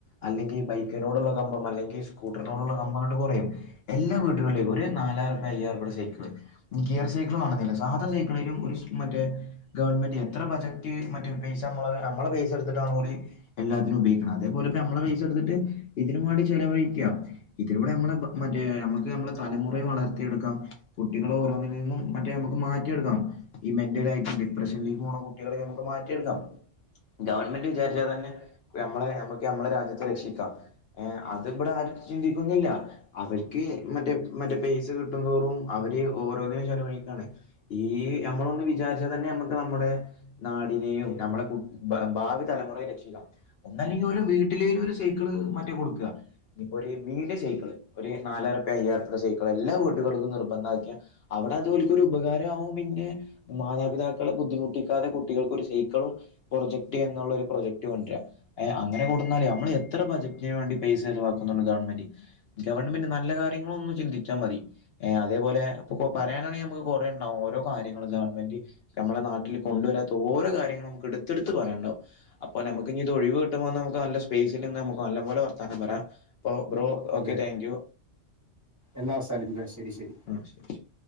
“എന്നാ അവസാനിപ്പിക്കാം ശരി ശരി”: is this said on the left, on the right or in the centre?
Right